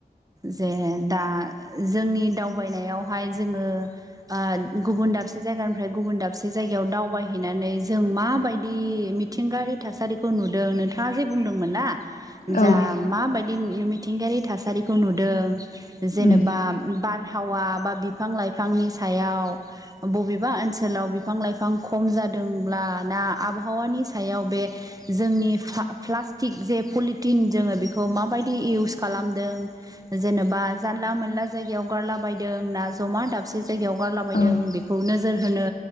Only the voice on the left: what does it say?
औ
उम
औ